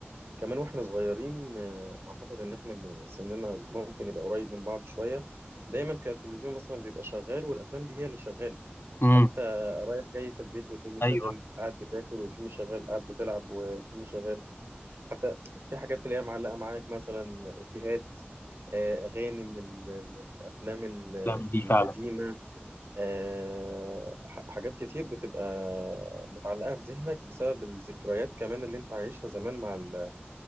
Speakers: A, on the right; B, on the left.
A: كمان واحنا صغيرين آه، اعتقد ان احنا سننا ممكن يبقى قريب من بعض شوية دايما كان التلفزيون مثلا بيبقى شغال والافلام دي هي اللي شغالة
B: امم
A: فانت رايح جاي في البيت والفيلم شغال
B: ايوه
A: قاعد بتاكل والفيلم شغال قاعد بتلعب والفيلم شغال حتى في حاجات اللي هي معلقه معاك مثلا افيهات آه، اغاني من ال- ال- الافلام ال-
B: الافلام دي
A: القديمه
B: فعلا
A: آه، ح- حاجات كتير بتبقى متعلقه في ذهنك بسبب الذكريات كمان اللي انت عايشها زمان مع ال-